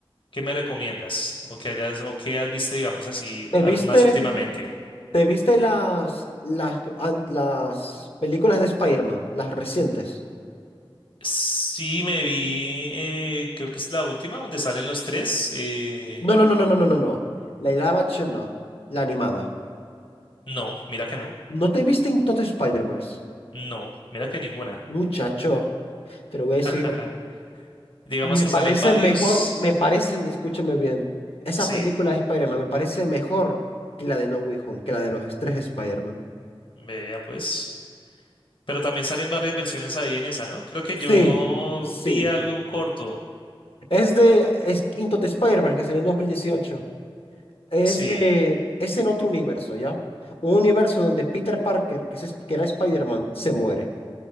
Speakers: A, on the left (about 65°); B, on the left (about 85°).
A: ¿qué me recomiendas? O que hayas, o que has visto, digamos así,
B: ¿Te
A: algo
B: viste,
A: más últimamente.
B: te viste las, las, an- las películas de Spider-Man, las recientes?
A: Sí, me vi, eh, creo que es la última donde salen los tres. eh,
B: No, no, no, no, no, no, no, no. La live action no, la animada.
A: no, mira que no.
B: ¿No te viste en todo Spider-Verse?
A: No, mira que ninguna.
B: Muchacho, te lo voy a decir.
A: <laughs> Digamos
B: Me
A: que
B: parece
A: salen varios.
B: mejor, me parecen, escúchame bien, esa
A: Sí,
B: película de Spider-Man me parece mejor que la de No Way Home, que la de los tres Spider-Man.
A: vea pues. Pero también salen varias versiones ahí en esa, ¿no? Creo que
B: Sí,
A: yo
B: sí.
A: vi algo, un corto.
B: Es de es Into the Spider-Man, que salió en 2018. Es
A: Sí,
B: de, es en otro universo, ¿ya? Un universo donde Peter Parker, que, es- que era Spider-Man, se muere.